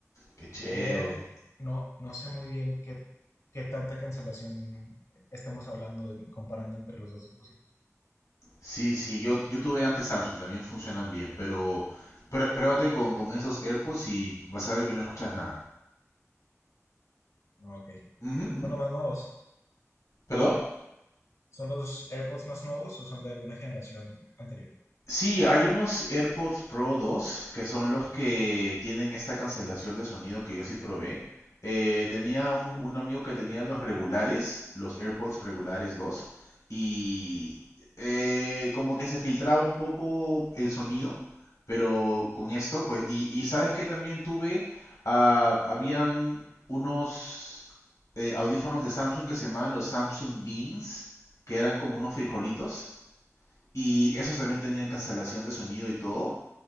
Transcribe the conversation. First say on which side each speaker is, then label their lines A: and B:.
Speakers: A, on the left (about 85°); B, on the left (about 65°).
A: Qué chévere.
B: Pero no, no sé muy bien qué, qué tanta cancelación estemos hablando de- comparando entre los dos dispositivos.
A: Sí, sí, yo, yo tuve antes Samsung, también funcionan bien, pero pré- pruébate con, con esos AirPods y vas a ver que no escuchas nada.
B: Ok.
A: Ujú, ujú.
B: ¿Son los más nuevos?
A: ¿Perdón?
B: ¿Son los AirPods más nuevos o son de alguna generación anterior?
A: Sí, hay unos AirPods Pro 2 que son los que tienen esta cancelación de sonido que yo sí probé. Eh, tenía un, un amigo que tenía los regulares, los AirPods regulares 2, y eh, como que se filtraba un poco el sonido, pero con esto, pues, y, y sabes que también tuve, ah, habían unos eh, audífonos de Samsung que se llamaban los Samsung Beans, que eran como unos frijolitos y esos también tenían cancelación de sonido y todo.